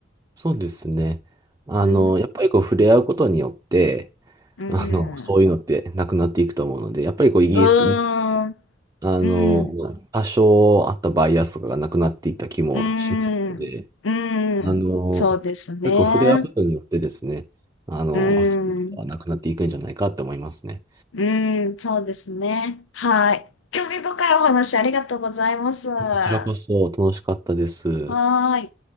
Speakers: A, on the right (about 20°); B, on the left (about 80°).
A: そうですね。あの、
B: うん、
A: やっぱりこう触れ合うことによって、
B: うん、
A: あの、そういうのってなくなっていくと思うので、やっぱりこうイギリス、
B: うーん、
A: 日あの、
B: うん、
A: まあ多少あったバイアスとかがなくなっていった気もしますので、
B: うん、うん、
A: あの、
B: そうですね。
A: 結構触れ合うことによってですね、あの、
B: うー
A: そういうことはなくなっていくんじゃないかって思いますね。
B: ん。うーん、そうですね。はい。興味深いお話ありがとうございます。は
A: こちらこそ楽しかったです。
B: ーい。